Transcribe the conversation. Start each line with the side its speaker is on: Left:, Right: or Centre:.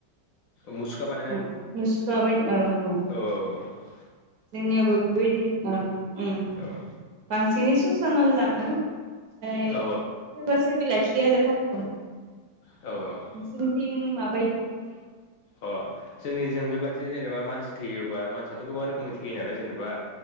Left: मुसुखा बानाय
Right: उम मुसुखा बायदि औ औ
Left: औ औ अ
Right: जोंनियाबो बिबायदिनो ओ उम
Left: औ
Right: बांसिनै सुसानानै लाङो ओमफाय
Left: औ
Right: सोरबा सोरबि लाखियो आरो खा <unintelligible>
Left: औ औ
Right: नोंसोरनिथिं माबायदि जायो?
Left: अ' जोंनि जों बेबादिनो जेनेबा मानसि थैयोबा मानसियाथ' गोबां रोखोमनि थैयो नालाय जेनेबा